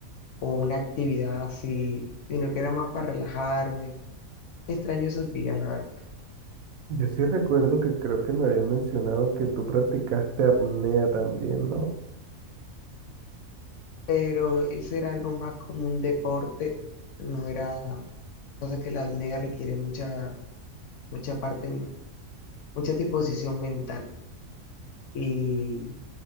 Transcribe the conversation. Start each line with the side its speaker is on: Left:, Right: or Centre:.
Left: o una actividad así, sino que era más para relajarme. Extraño esos días, la verdad.
Right: Yo sí recuerdo que creo que me habías mencionado que tú practicaste apnea también, ¿no?
Left: Pero ese era algo más como un deporte, no era... Pasa que la apnea requiere mucha, mucha parte, mucha disposición mental y